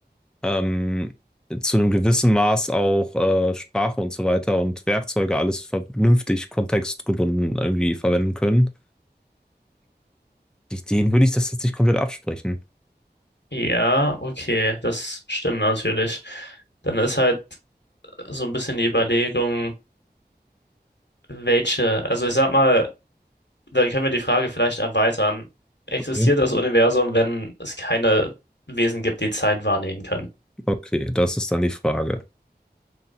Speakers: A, in the centre; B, on the left (about 80°).
A: ähm, zu einem gewissen Maß auch äh, Sprache und so weiter und Werkzeuge alles vernünftig kontextgebunden irgendwie verwenden können. Die- Denen würde ich das jetzt nicht komplett absprechen.
B: Ja, okay, das stimmt natürlich. Dann ist halt so ein bisschen die Überlegung, welche, also ich sag mal, dann können wir die Frage vielleicht erweitern. Existiert
A: Okay.
B: das Universum, wenn es keine Wesen gibt, die Zeit wahrnehmen können?
A: Okay, das ist dann die Frage.